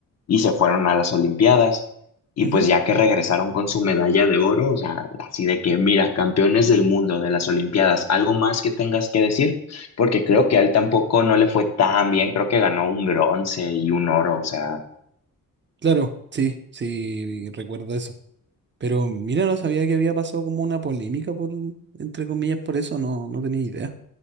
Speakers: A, on the left; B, on the right.
A: y se fueron a las Olimpiadas. Y
B: ujú,
A: pues ya que regresaron con su medalla de oro, o sea, así de que mira, campeones del mundo de las Olimpiadas, ¿algo más que tengas que decir? Porque creo que a él tampoco no le fue tan bien, creo que ganó un bronce y un oro, o sea,
B: claro, sí, sí, recuerdo eso. Pero mira, no sabía que había pasado como una polémica por, entre comillas, por eso, no, no tenía idea.